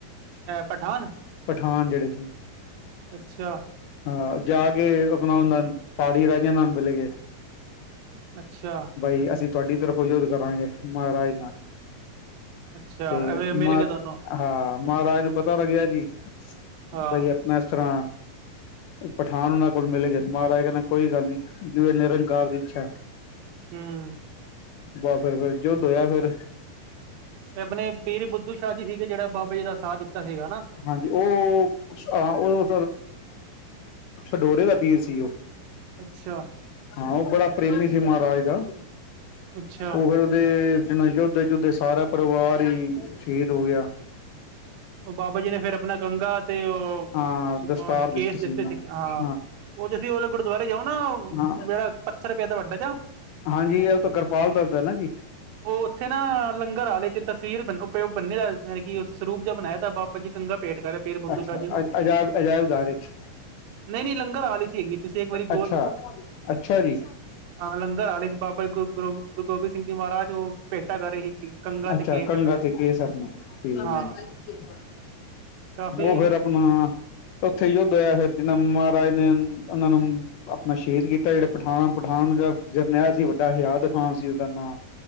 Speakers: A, on the right (about 85°); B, on the left (about 75°).
A: ਪਠਾਨ
B: ਪਠਾਨ ਜਿਹੜੇ ਸੀ।
A: ਅੱਛਾ
B: ਹਾਂ ਜਾ ਕੇ ਆਪਣਾ ਉਹ ਪਹਾੜੀ ਰਾਜਿਆਂ ਨਾਲ ਮਿਲੇ ਕੇ।
A: ਅੱਛਾ
B: ਬਾਈ ਅਸੀਂ ਤੁਹਾਡੀ ਤਰਫੋਫ ਯੋਧ ਕਰਾਂਗੇ ਮਹਾਰਾਜ ਨਾਲ।
A: ਅੱਛਾ
B: ਤੇ
A: ਐਵੇਂ ਮਿਲ
B: ਮ
A: ਗਏ ਦੋਨੋ
B: ਹਾਂ ਮਹਾਰਾਜ ਨੂੰ ਪਤਾ ਲੱਗਿਆ ਜੀ।
A: ਹਾਂ
B: ਬਾਈ ਆਪਣਾ ਇਸ ਤਰ੍ਹਾਂ। ਪਠਾਨ ਉਹਨਾਂ ਕੋਲ ਮਿਲ ਗਿਆਏ ਮਹਾਰਾਜ ਕਹਿੰਣਾ ਕੋਈ ਗੱਲ ਨੀ ਜਿ ਇਹ ਨਿਰੰਕਾਰ ਦੀ ਇੱਛਾ
A: ਹਮ
B: ਵਾਹ ਫਿਰ ਫਿਰ ਜੋੁਧ ਹੋਇਆ ਫਿਰ।
A: ਤੇ ਆਪਣੇ ਪੀਰ ਬੁੱਧੂ ਸ਼ਾਹ ਜੀ ਸੀਗੇ ਜਿਹੜਾ ਬਾਬਾ ਜੀ ਦਾ ਸਾਾਥ ਦਿੱਤਾ ਸੀਗਾ ਹਨਾ।
B: ਹਾਂਜੀ ਉਹ ਹਹ ਉਹ ਸ਼ਡੋਰੇ ਦਾ ਪੀਰ ਸੀ ਉਹ।
A: ਅੱਛਾ
B: ਹਾਂ ਉਹ ਬੜਾ ਪ੍ਰੇਮੀ ਸੀ ਮਹਾਰਾਜ ਦਾ
A: ਅੱਛਾ
B: ਉਹ ਫਿਰ ਜਿਨ ਯੋਧੇ ਯੁਧੇ ਸਾਰਾ ਪਰਿਵਾਰ ਹੀ ਸ਼ਹੀਦ ਹੋ ਗਿਆ।
A: ਉਹ ਬਾਬਾ ਜੀ ਨੇ ਫੇਿਰ ਆਪਣਾ। ਗੰਗਾ ਤੇ ਉਹ
B: ਹਾਂ ਦਸਤਾਰ ਦਿੱਤੀ
A: ਕੇਸ
B: ਸੀ
A: ਦਿੱਤੇ
B: ਉਹਨਾਂ ਨੇ
A: ਹਾਂ ਉਹ ਤੁ ਤੁਸੀਂ ਗੁਰਦੁਆਰੇ ਜਾਓ ਨਾ
B: ਹਾਂ
A: ਜਿਹੜਾ ਪੱਥਰ ਪਿਆ ਦਾ ਵੱਡਾ ਜਾ
B: ਹਾਂਜੀ ਇਹ ਉਹ ਤਾਂ ਕਿਰਪਾਲ ਦੱਸਦਾ ਨਾ ਜੀ
A: ਉਹ ਉੱਥੇ ਨਾ ਲੰਗਰ ਆੇ ਚ ਤਸਵੀਰ ਬ ਉਪ ਬਨੇ ਕਿ ਸਰੂਪ ਜਿਹਾ ਬਣਾਇਆ ਬਾਬਾ ਜੀ ਕੰਗਾ ਭੇਟ ਕਰ। ਪੀਰ ਬੁੱਧੂ
B: ਅੱਛਾ
A: ਸ਼ਾਹ ਜੀ ਨੂੰ
B: ਅ ਅਜਾਇਬ ਅਜਾਇਬਘਾਰ ਵਿੱਚ
A: ਨਹੀਂ ਨਹੀਂ ਲੰਗਰ ਆਲੇ ਚ ਹੈਗੀ ਤੁਸੀਂ ਇੱਕ ਵਾਰੀ
B: ਅੱਛਾ ਅੱਛਾ ਜੀ
A: ਆ ਲੰਗਰ ਹਾਲੇ ਦੀ ਬਾਬਾ ਜੀ ਕੋ ਗੁਰ ਗੁਰੂ ਗੋਬਿੰਦ ਸਿੰਘ ਜੀ ਮਹਾਰਾਜ ਉਹ ਭੇਟਾ ਕਰ ਰਹੇ ਸੀ ਕੰਗਾ
B: ਅੱਛਾ
A: ਤੇ ਕੇ
B: ਕੰਘਾ
A: ਸ ਆਪਣੇ
B: ਤੇ ਕੇਸ ਆਪਣੇ ਠੀਕ ਹੈ।
A: ਹਾਂ। ਕਾਫ਼ੀ
B: ਉਹ ਫੇਰ ਆਪਣਾ। ਉੱਥੇ ਯੁੱਧ ਹੋਇਆ ਫਿਰ ਜਿਨਾ ਮਹਾਰਾਜ ਨੇ ਉਹਨਾਂ ਨੂੰ ਆਪਣਾ ਸ਼ਹੀਦ ਕੀਤਾ ਜਿਹੜੇ ਪਠਾਨ ਪਠਾਨ ਨੂੰ ਜ ਜਰਨੈਲ ਸੀ ਵੱਡਾ ਹਜਾਦ। ਖਾਂ ਸੀ ਉਹਦਾ ਨਾਂ